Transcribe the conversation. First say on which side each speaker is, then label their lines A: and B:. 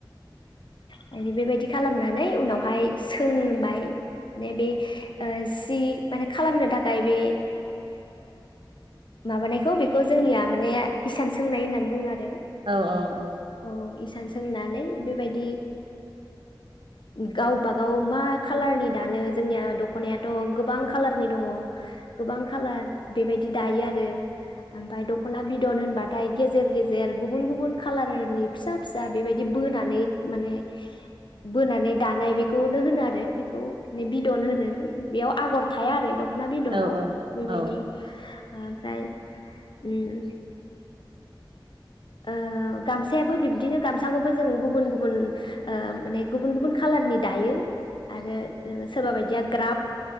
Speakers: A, on the left (about 65°); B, on the right (about 70°).
A: माने बेबायदि खालामनानै उनावहाय सोंबाय माने बे ओ सि माने खालामनो थाखाय बे माबानायखौ बेखौ जोंनिया माने इसान सोंनाय होननानै बुङो आरो
B: औ औ औ।
A: औ इसान सोंनानै बेबायदि गावबागाव मा खालारनि दानो जोंनिया दख'नायाथ' गोबां खाालारनि दङ। गोबां खालार बेबायदि दायो आरो आमफाय दख'ना बि दन होनबाथाय गेजेर गेजेर गुबुन गुबुन खालारनि फिसा फिसा बेबायदि बोनानै माने बोनानै दानाय बेखौनो होनो आरो बे खौ बे बिदन होनो बेयाव आगर थाया आरो दख'ना बिदनाव
B: औ औ
A: बेबायदि
B: औ
A: आमफ्राय उम ओ गामसायाबो बिब्दिनो गामसाखौबो जों गुबुन गुबुन ओ माने गुबुन गुबुन खालारनि दायो आरो ओस सोरबा बायदिया ग्राफ